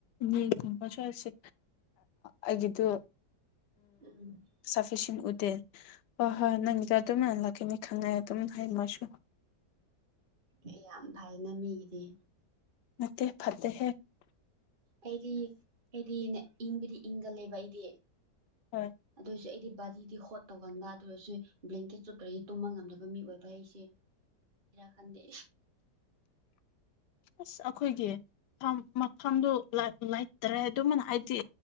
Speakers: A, on the left; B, on the right.
A: ꯎ ꯊ ꯃ ꯆꯁꯦ ꯑꯩꯒꯤꯗꯨ
B: ꯎꯝ <inaudible>
A: ꯁꯐꯤꯁꯦꯟ ꯎꯗꯦ ꯍꯣꯏ ꯍꯣꯏ ꯅꯪꯒꯤꯗ ꯑꯗꯨꯝ ꯂꯥꯛꯀꯅꯤ ꯈꯪꯅꯦ ꯑꯗꯨꯝ ꯍꯥꯏꯝꯃꯁꯨ
B: ꯑꯦ ꯌꯥꯝ ꯐꯩꯅ ꯃꯤꯒꯤꯗꯤ
A: ꯅ ꯐꯠꯇꯍꯦ
B: ꯑꯩꯗꯤ ꯑꯩꯗꯤ ꯏꯪꯕꯗꯤ ꯏꯪꯒꯜꯂꯦꯕ ꯑꯩꯗꯤ
A: ꯍꯣꯏ
B: ꯑꯗꯨ ꯍꯧꯁꯨꯛ ꯑꯩꯗꯤ ꯕꯥꯗꯤ ꯍꯣꯠ ꯇꯧꯒꯟꯕ ꯑꯗꯨ ꯑꯣꯏꯔꯁꯨ ꯕ꯭ꯂꯦꯡꯀꯦꯠ ꯆꯨꯞꯈ꯭ꯔꯗꯤ ꯇꯨꯝꯕ ꯉꯝꯗꯕ ꯃꯤ ꯑꯣꯏꯕ ꯑꯩꯁꯦ ꯈꯥꯟꯗꯦ
A: ꯑꯁ ꯑꯩꯈꯣꯏꯒꯤ ꯐꯝ ꯃꯐꯝꯗꯨ ꯂꯩꯥꯏꯇꯔꯦ ꯑꯗꯨꯃꯅ ꯍꯥꯏꯕꯗꯤ